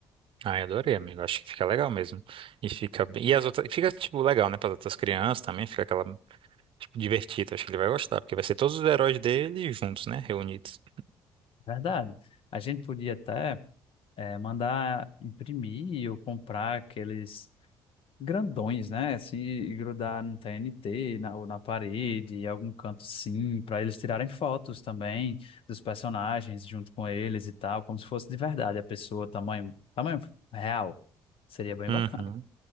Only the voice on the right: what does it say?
Ah, eu adorei, amigo. Acho que fica legal mesmo. E fica bem. E as outras. Fica, tipo, legal, né? Para as outras crianças também. Fica aquela. divertido, acho que ele vai gostar, porque vai ser todos os heróis dele juntos, né? Reunidos.
Uhum.